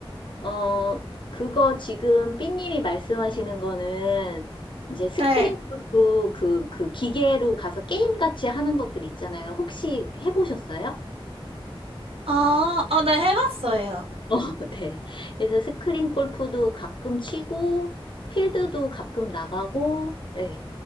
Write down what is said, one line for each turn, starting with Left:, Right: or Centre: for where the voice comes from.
Left: 어, 그거 지금 삐님이 말씀하시는 거는 이제 스크린
Right: 네.
Left: 골프 그, 그 기계로 가서 게임같이 하는 것들 있잖아요. 혹시 해보셨어요?
Right: 아, 아, 네, 해봤어요.
Left: <laughs> 어, 네. 그래서 스크린 골프도 가끔 치고, 필드도 가끔 나가고, 네.